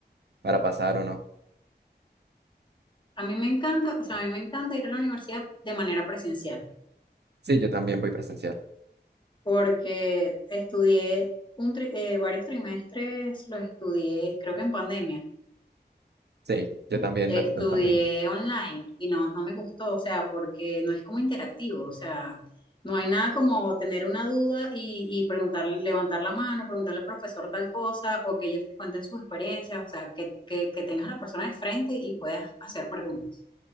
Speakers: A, on the right (about 75°); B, on the left (about 25°).
A: para pasar o no.
B: A mí me encanta, o sea, a mí me encanta ir a la universidad de manera presencial,
A: Sí, yo también voy presencial.
B: porque estudié un tri- eh, varios trimestres, los estudié, creo que en pandemia
A: Sí, yo también
B: Estudié
A: me tocó en pandemia.
B: online y no, no me gustó, o sea, porque no es como interactivo, o sea, no hay nada como tener una duda y, y preguntarle, levantar la mano, preguntarle al profesor tal cosa, o que ellos te cuenten sus experiencias, o sea, que, que, que tengas a la persona de frente y puedas hacer preguntas.